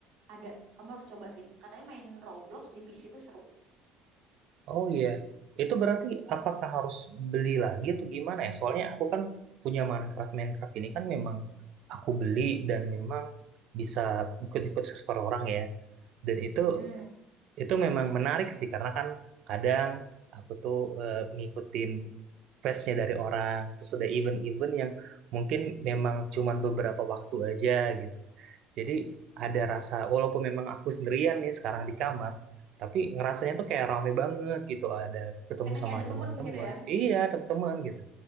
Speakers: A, on the right; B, on the right.
A: Ada. Kamu harus coba sih. Katanya main Roblox di PC itu seru.
B: Oh iya, itu berarti apakah harus beli lagi atau gimana ya? Soalnya aku kan punya Minecraft, Minecraft ini kan memang aku beli dan memang bisa ikut-ikut server orang ya. Dan itu
A: Mm-mm.
B: itu memang menarik sih karena kan kadang aku tuh eh, ngikutin questnya dari orang, terus ada event-event yang mungkin memang cuman beberapa waktu aja gitu. Jadi ada rasa, walaupun memang aku sendirian nih sekarang di kamar, tapi ngerasanya tuh kayak rame banget gitu, ada ketemu
A: Karena
B: sama
A: kayak ada
B: teman-teman.
A: temen gitu ya.
B: Iya, teman-teman gitu.